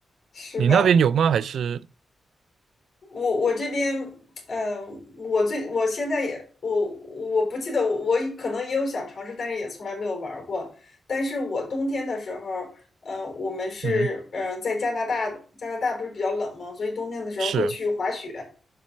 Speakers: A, on the left; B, on the right.
A: 是吧？
B: 你那边有吗？还是
A: 我我这边，嗯、呃我最我现在也我我不记得我我可能也有想尝试，但是也从来没有玩儿过。但是我冬天的时候，嗯，我们是嗯、
B: 嗯哼，
A: 呃在加拿大，加拿大不是比较冷吗？所以冬天的时候会去滑雪，
B: 是